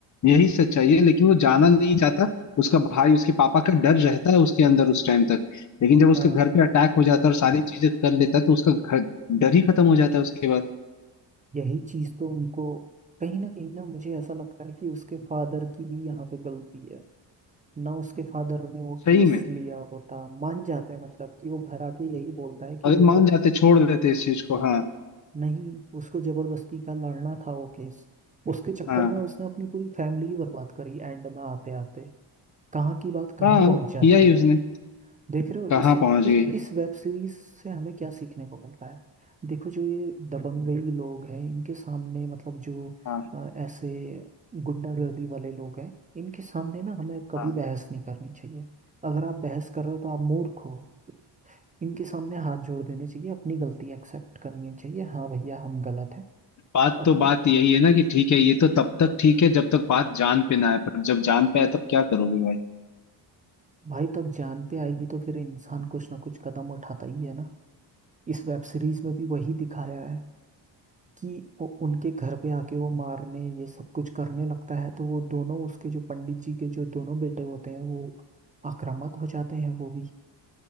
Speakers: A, on the left (about 45°); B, on the right (about 20°).
A: यही सच्चाई है लेकिन वो जाना नहीं चाहता उसका भाई उसके पापा का डर रहता है उसके अंदर उस टाइम तक लेकिन जब उसके
B: हाँ
A: घर पे अटैक हो जाता है और सारी चीजें कर लेता है तो उसका घर डर ही खत्म हो जाता है उसके बाद
B: यही चीज तो उनको कहीं ना कहीं ना मुझे ऐसा लगता है कि उसके फादर की भी यहाँ पे गलती है ना उसके फादर ने वो
A: सही
B: केस
A: में
B: लिया होता मान जाते हैं मतलब कि वो घर आके यही बोलता है कि
A: अगर
B: देखो
A: मान जाते छोड़ देते इस चीज को
B: हाँ
A: हाँ
B: नहीं उसको जबरदस्ती का लड़ना था वो केस उसके चक्कर
A: हाँ
B: में उसने अपनी पूरी फैमिली ही बर्बाद करी एंड में आते आते कहाँ की बात कहाँ
A: हाँ
B: पहुंच
A: किया
B: जाती
A: ही
B: है
A: उसने
B: देख रहे हो इस
A: कहाँ पहुंच
B: इस
A: गई
B: इस वेब सीरीज से हमें क्या सीखने को मिलता है देखो जो ये दबंगई लोग हैं इनके सामने मतलब जो
A: हाँ
B: अ, ऐसे गुंडागर्दी वाले लोग हैं इनके सामने ना हमें कभी
A: हाँ
B: बहस नहीं करनी चाहिए अगर आप बहस कर रहे हो तो आप मूर्ख हो इनके सामने हाथ जोड़ देने चाहिए अपनी गलती एक्सेप्ट करनी चाहिए हाँ भैया हम गलत है
A: बात
B: अपना
A: तो बात यही है ना कि ठीक है ये तो तब तक ठीक है जब तक बात जान पे ना आए पर जब जान पे आए तब क्या करोगे भाई
B: भाई तब जान पे आएगी तो फिर इंसान कुछ ना कुछ कदम उठाता ही है ना इस वेब सीरीज में भी वही दिखाया है कि वो उनके घर पे आके वो मारने ये सब कुछ करने लगता है तो वो दोनों उसके जो पंडित जी के जो दोनों बेटे होते हैं वो आक्रामक हो जाते हैं वो भी